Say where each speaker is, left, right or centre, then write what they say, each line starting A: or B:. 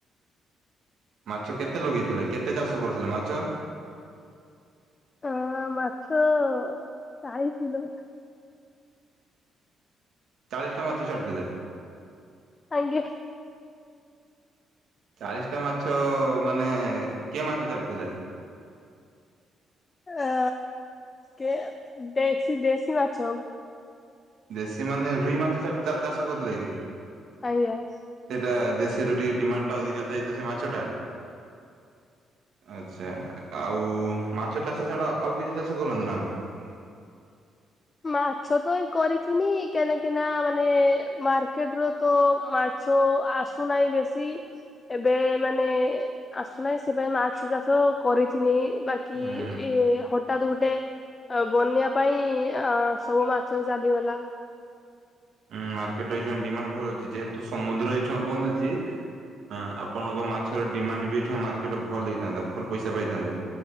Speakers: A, on the right (about 70°); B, on the left (about 30°).
A: ମାଛ କେତେ ଲଗେଇଥିଲେ କେତେ ଚାଷ କରୁଥିଲେ ମାଛ?
B: ଆ ମାଛ ଚାଳିଶ କିଲୋ।
A: ଚାଳିଶ ଟା ମାତ୍ର ଛାଡ଼ିଥିଲେ?
B: ଆଜ୍ଞା
A: ଚାଳିଶ ଟା ମାଛ ମାନେ କିଏ ମାଛ ଛାଡ଼ିଥିଲେ?
B: ଆ କେ ଦେଶୀ ଦେଶୀ ମାଛ।
A: ଦେଶୀ ମାନେ ରୁହି ମାଛ ଛାଡ଼ ଚା ଚାଷ କରୁଥିଲେ କି
B: ଆଜ୍ଞା।
A: ସେଟା ଦେଶୀର ଟିକେ ଡିମାଣ୍ଡ ଟା ଅଧିକା ଥଏ ତ ସେ ମାଛ ଟା। ଆଚ୍ଛା ଆଉ ମାଛ ଚାଷ ଛାଡ ଆଉ କିଛି ଚାଷ କରନ୍ତି ନା ଆପଣ? <inaudible>
B: ମାଛ ତ ଏ କରିଥିନି କେନେ କେନା ମାନେ ମାର୍କେଟ ର ତ ମାଛ ଛ ଆସୁନାହିଁ ବେଶୀ ଏବେ ମାନେ ଆସୁନାହିଁ ସେ ପାଇଁ ମାଛ ଚାଷ ତ କରିଥିନି ବାକି
A: ହୁଁ
B: ଇଏ ହଠାତ୍ ଗୁଟେ ବନ୍ୟା ପାଇଁ ଆଁ ସବୁ ମାଛ ଚାଲିଗଲା
A: ଉଁ ମାର୍କେଟ ଏଇଥି ପାଇଁ ଡିମାଣ୍ଡ ଭଲ ଅଛି ଯେହେତୁ ସମୁଦ୍ର ଏଇଛୁଆ ବନ୍ଦ ଅଛି ହ ଆପଣଙ୍କ ମାଛର ଡିମାଣ୍ଡ ବି ଏଖୁନି ମାର୍କେଟ ଭଲ ହେଇଥାନ୍ତା ଭଲ ପଇସା ପାଇଥାନ୍ତେ।